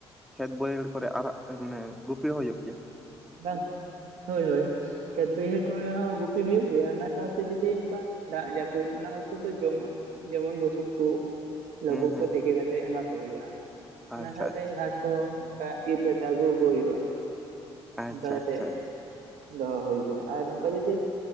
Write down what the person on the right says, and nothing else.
ᱵᱟᱝ ᱦᱳᱭ ᱦᱳᱭ ᱠᱷᱮᱛ ᱵᱟᱹᱭᱦᱟᱹᱲ ᱠᱚᱨᱮ ᱦᱚᱸ ᱜᱩᱯᱤ ᱦᱩᱭᱩᱜ ᱜᱮᱭᱟ ᱚᱱᱟ ᱥᱟᱶᱛᱮ ᱡᱩᱫᱤ ᱚᱱᱠᱟ ᱫᱟᱜ ᱡᱟᱹᱯᱩᱫ ᱚᱱᱟ ᱚᱠᱛᱚ ᱫᱚ ᱡᱚᱢᱟᱜ ᱡᱮᱢᱚᱱ ᱵᱩᱥᱩᱵ ᱠᱚ ᱞᱳᱵᱳᱜ
ᱠᱚ ᱛᱮᱠᱮ ᱠᱟᱛᱮᱫ ᱮᱢᱟ ᱠᱚ ᱦᱩᱭᱩᱜᱼᱟ ᱚᱱᱟ
ᱥᱟᱶᱛᱮ
ᱜᱷᱟᱥ ᱚ ᱚᱱᱠᱟ ᱤᱨ ᱠᱟᱛᱮ ᱟᱹᱜᱩᱣᱟ ᱠᱚ ᱦᱩᱭᱩᱜᱼᱟ
ᱚᱱᱠᱟ ᱠᱟᱛᱮ
ᱫᱚᱦᱚ ᱦᱩᱭ ᱠᱟᱱᱟ ᱟᱨ ᱚᱱᱠᱟ ᱡᱩᱫᱤ